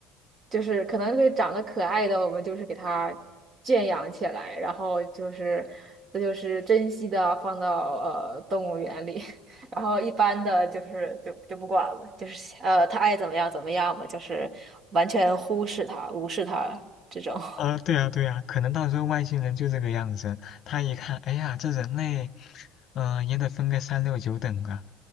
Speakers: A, on the right (about 45°); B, on the left (about 55°).
A: 就是可能会长得可爱的，我们就是给它圈养起来，然后就是这就是珍惜的放到呃动物园里，<laughs> 然后一般的就是就就不管了，就是呃它爱怎么样怎么样吧，就是完全忽视它、无视它这种。<laughs>
B: 啊，对啊，对啊，可能到时候外星人就这个样子，他一看，哎呀，这人类，嗯、也得分个三六九等啊，